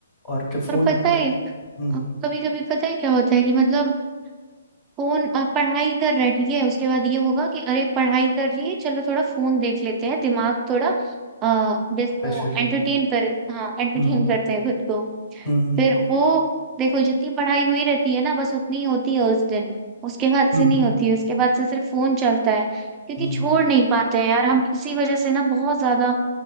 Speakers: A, on the left; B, on the right.
A: और जब फोन
B: और पता
A: रखते
B: है
A: हैं हम्म
B: कभी कभी पता है क्या होता है कि मतलब फोन अ, पढ़ाई कर रहा है ठीक है उसके बाद ये होगा कि अरे पढ़ाई कर लिए चलो थोड़ा फोन देख लेते हैं दिमाग थोड़ा अ बस वो
A: फ्रेश हो जाएगा
B: एंटरटेन कर हाँ एंटरटेन
A: हम्म
B: करते हैं खुद को
A: हम्म
B: फिर वो देखो जितनी पढ़ाई हुई रहती है ना बस उतनी ही होती है उस दिन उसके बाद
A: हम्म
B: से नहीं होती है उसके बाद से सिर्फ फोन चलता है क्योंकि
A: हम्म
B: छोड़
A: हम्म
B: नहीं पाते हैं यार हम इसी वजह से ना बहुत ज्यादा